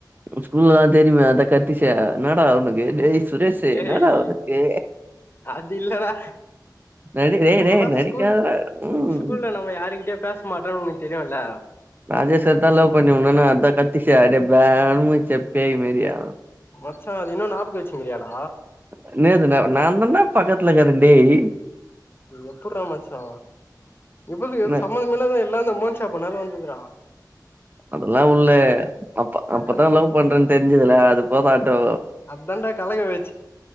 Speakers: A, on the right; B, on the left.
A: ஸ்கூல்லதா தெரியுமே அதா கத்திச்சே என்னடா ஒனக் கு டேய் சுரேஷு
B: டேய்
A: என்னடா ஒனக்கு
B: அது இல்லடா
A: நடி ரேய்
B: நம்மல்லா
A: ரேய் நடிக்காதடா
B: ஸ்கூல்
A: ம்
B: ஸ்கூல்ல நம்ம யாருகிட்டயு பேச மாட்டோன்னு உனக்கு தெரியுல்ல
A: ராஜேஸ்வரிதா லவ் பண்ணி உன்னொன்னு அதா கத்திச்சே அப்டே பேனு மூச்சே பேய் மாரியே
B: மச்சா அது இன்னு ஞாபக வச்சுன்னுருக்கியாடா
A: அண்ணே இது நா நாந்தாண்டா பக்கத்துல இக்குற டேய்
B: எப்புறா மச்சா எப்புடி எனக்கு
A: என்ன
B: சம்மந்த இல்லாத எல்லா நா ம ப்பனால வந்துதுடா
A: அதெல்லா ஒன்னுல்லே அப்ப
B: அதா
A: அப்பதா லவ் பண்றேன்னு தெரிஞ்சதுல அது போதாட்டோ
B: தாண்டா கலக வச்